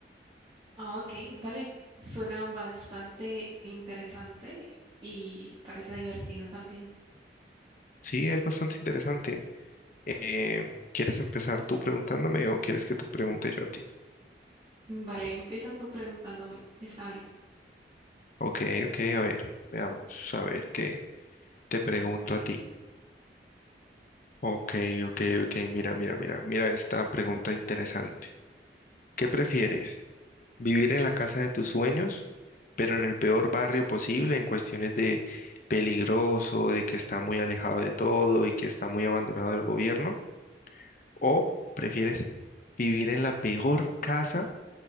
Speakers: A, on the right; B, on the left.
A: Ah, ok, vale. Suena bastante interesante y parece divertido también.
B: Sí, es bastante interesante. Eh, ¿quieres empezar tú preguntándome o quieres que te pregunte yo a ti?
A: Mm, Vale, empieza tú preguntándome. Está bien.
B: Ok, ok, a ver, veamos, a ver qué te pregunto a ti. Ok, ok, ok, mira, mira, mira, mira esta pregunta interesante. ¿Qué prefieres? ¿Vivir en la casa de tus sueños, pero en el peor barrio posible en cuestiones de peligroso, de que está muy alejado de todo y que está muy abandonado del gobierno? ¿O prefieres vivir en la peor casa?